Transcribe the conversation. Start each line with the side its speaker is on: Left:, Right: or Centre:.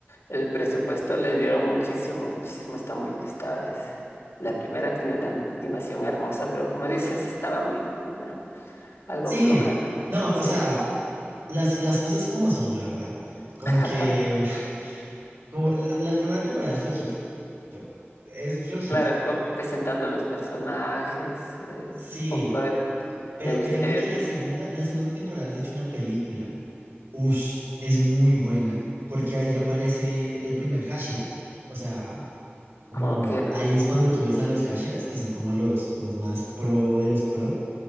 Left: el presupuesto les dieron muchísimo, muchísimo. Está muy, esta es, la primera tenía una animación hermosa, pero como dices, estaba muy, mm, algo
Right: Sí,
Left: floja, ¿no?
Right: no,
Left: Sí,
Right: o sea, las, las cosas como son, la verdad. Como
Left: <laughs>
Right: que <laughs> como la, la primera temporada es flojita. Yo, es flojita.
Left: claro, como presentando los personajes, eh,
Right: Sí,
Left: un poco de,
Right: pero
Left: de misterio,
Right: créeme que la segunda, la segunda temporada es de hecho una película. Ush, es muy buena, porque ahí ya aparece el primer Hashira. O sea, como
Left: como que el,
Right: ahí es cuando tú ves a los Hashiras, que son como los, los más pro de los pro,